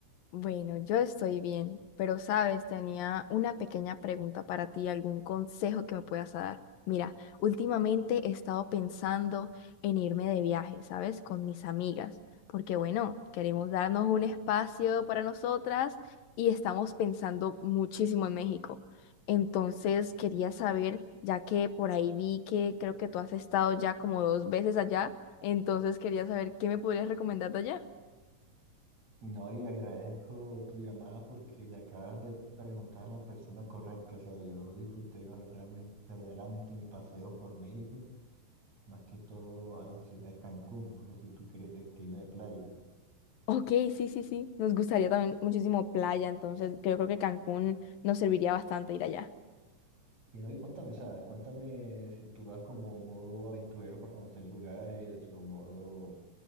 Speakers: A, on the left (about 80°); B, on the right (about 50°).
A: Bueno, yo estoy bien, pero sabes, tenía una pequeña pregunta para ti, algún consejo que me puedas dar. Mira, últimamente he estado pensando en irme de viaje, ¿sabes? Con mis amigas, porque bueno, queremos darnos un espacio para nosotras y estamos pensando muchísimo en México. Entonces quería saber, ya que por ahí vi que creo que tú has estado ya como dos veces allá, entonces quería saber qué me podrías recomendar de allá.
B: No, y agradezco tu llamada porque le acabas de preguntar a la persona correcta. O sea, yo disfruté verdaderamente, verdaderamente mi paseo por México, más que todo a la ciudad de Cancún. No sé si tú quieres destino de playa.
A: Ok, sí, sí, sí. Nos gustaría también muchísimo playa, entonces que yo creo que Cancún nos serviría bastante ir allá.
B: Y no, y cuéntame, o sea, cuéntame si tú vas como modo aventurero para conocer lugares o modo